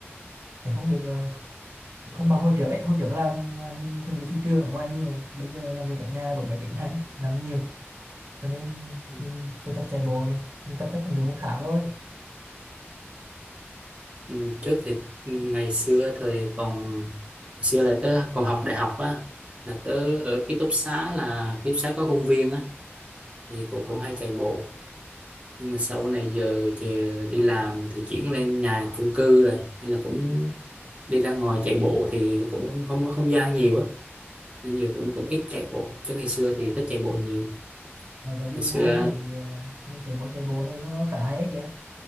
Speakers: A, on the right; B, on the right.
A: thấy không được à, không bằng hồi trước ấy hồi trước làm là mình thường đi thị trường ở ngoài nhiều bây giờ làm việc ở nhà với máy tính hả làm nhiều cho nên
B: ừ.
A: mình vừa tập chạy bộ này mình tập chắc cũng được một tháng rồi
B: Ừ, trước thì ngày xưa thời còn ngày xưa là tớ còn học đại học á là tớ ở ký túc xá là ký túc xá có công viên á thì cũng cũng hay chạy bộ nhưng mà sau này giờ, giờ đi làm thì chuyển lên nhà chung cư rồi nên là cũng đi ra ngoài chạy bộ thì cũng không không có không gian nhiều á nên giờ cũng cũng ít chạy bộ chứ ngày xưa thì thích chạy bộ nhiều
A: Đấy, tại vì
B: ngày
A: mình
B: xưa
A: thấy à, mình thấy môn chạy bộ này nó nó khá hay kìa